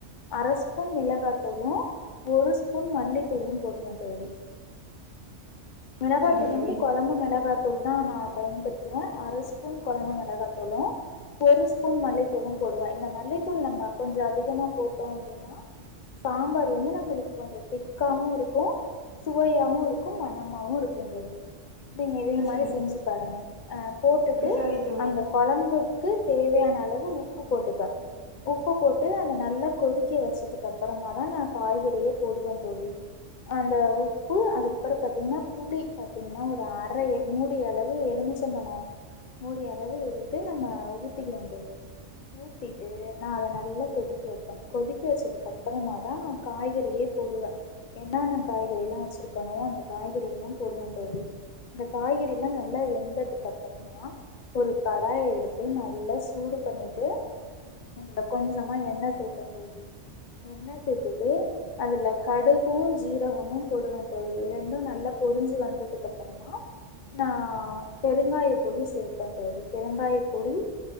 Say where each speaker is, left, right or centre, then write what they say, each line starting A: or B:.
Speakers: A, on the left (about 50°); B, on the left (about 70°).
A: அர ஸ்பூன் மிளகாத்தூளு ஒரு ஸ்பூ புன் மல்லி தூள்ளு பொடுவ தோழி மிளகாத்தூல
B: சரி
A: இருந்து
B: தோழி
A: குழம்பு மிளகாத் தூள் தா நா பயன்படுத்துவ அரை ஸ்பூன் குழம்பு மிளகா தூளும் ஒரு ஸ்பூன் மல்லித்தூளு போடுவ இந்த மல்லித்தூள் நம்ம கொஞ்சோ அதிகமா போட்டோ அப்டின்னா சாம்பார் வந்து நம்மளுக்கு கொஞ்சோ திக்காவு இருக்கு சுவையாவவு இருக்கு மனமாவு இருக்கு தோழி நீங்க இதே மாரி
B: சரி
A: செஞ்சு பாருங்க ஆ போட்டுட்டு
B: சரி தோழி
A: அந்த குழம்பு க்கு தேவையான அளவு உப்பு போட்டுப்ப உப்பு போட்டு அத நல்லா கொதிக்க வச்சதுக்கு அப்பறமா தா நா காய்கறியே போடுவ தோழி அந்த உப்பு அதுக்கப்ரோ பார்த்தீங்கன்னா புளி பார்த்தீங்கன்னா ஒரு அற மூடிய அளவு எலுமிச்சம்பளம் மூடிய அளவு எடுத்து நம்ம ஊத்திக்கிறோ தோழி ஊத்திட்டு நா அத நல்லா கொதிக்க வைப்ப கொதிக்க வச்சதுக்கு அப்பறமா தா நா காய்கறியே போடுவ என்னென்ன காய்கறிலா வச்சிருக்கணு அந்த காய்கறி எல்லா போடுவ தோழி இந்த காய்கறி எல்லா நல்லா வெந்ததுக்கு அப்பறமா ஒரு கடாய் எடுத்து நல்லா சூடு பண்ணிட்டு அதுல கொஞ்சோமா எண்ணெ சேப தோழி எண்ணெ சேத்துட்டு அதில் கடுகும் ஜீரகமும் போடுவேன் தோழில் ரெண்டும் நல்லா பொரிஞ்சு வந்ததுக்கு அப்பறமா நான் பெருங்காய பொடி சேர்ப்பன் தோழி பெருங்காய பொடி